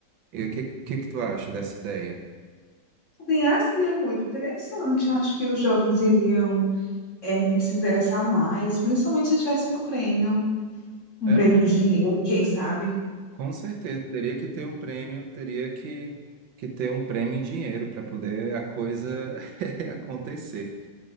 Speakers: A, on the right (about 85°); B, on the left (about 40°).
A: E o que, que que tu acha dessa ideia?
B: Desenhar seria muito interessante. Acho que os jovens iriam é, se interessar mais, principalmente se tivesse um prêmio, um
A: É,
B: prêmio em dinheiro, quem sabe?
A: Com certeza, teria que ter um prêmio, teria que, que ter um prêmio em dinheiro para poder a coisa <laughs> acontecer.